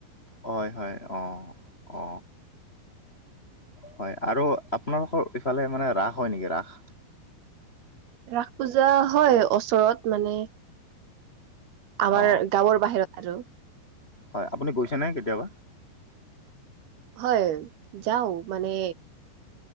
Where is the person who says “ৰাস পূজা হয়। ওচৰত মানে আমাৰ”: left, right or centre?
Right